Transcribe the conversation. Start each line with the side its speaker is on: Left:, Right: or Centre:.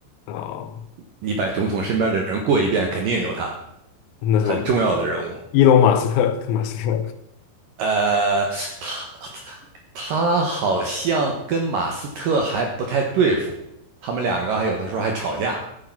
Left: 哦，
Right: 你把总统身边的人过一遍，肯定有他，
Left: 那什么
Right: 很重要的人物。
Left: 伊隆 <laughs> 马斯克，马斯克，
Right: 呃，他他好像跟马斯特还不太对付，他们两个还有的时候还吵架，